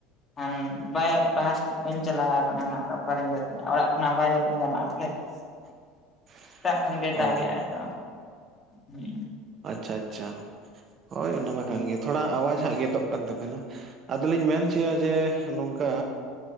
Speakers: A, on the left (about 25°); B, on the right (about 40°).
A: ᱠᱷᱟᱱ ᱵᱟᱭ ᱵᱟᱥᱴ <unintelligible> ᱵᱟᱹᱧ ᱪᱟᱞᱟᱣ ᱠᱟᱱᱟ ᱱᱟᱸᱜ ᱚᱠᱟᱨᱤᱧ ᱫᱟ. ᱛᱟ. ᱱᱤᱼᱟ, ᱚᱲᱟᱜ ᱠᱷᱚᱱᱟᱜ ᱵᱟᱭ ᱫᱟ. ᱛᱟ. ᱱᱤ ᱜᱟᱱᱚᱜᱼᱟ ᱥᱮ ᱾
B: <inaudible>
A: ᱥᱮᱛᱟᱜ ᱠᱷᱚᱱ ᱜᱮᱭ ᱫᱟᱜᱮᱜᱼᱟ
B: ᱚ
A: ᱛᱚ ᱦᱮᱸ <unintelligible>
B: ᱟᱪᱪᱷᱟ ᱟᱪᱪᱷᱟ ᱦᱚᱭ ᱚᱱᱟ ᱢᱟ ᱠᱟᱱ ᱜᱮ, ᱛᱷᱚᱲᱟ ᱟᱣᱟᱢ ᱦᱟᱸᱜ ᱜᱮᱫᱚᱜ ᱠᱟᱱ ᱛᱟᱵᱮᱱᱟ ᱾ ᱟᱫᱚ ᱞᱤᱧ ᱢᱮᱱ ᱦᱚᱪᱚᱭᱟ ᱡᱮ ᱱᱚᱝᱠᱟᱼᱼ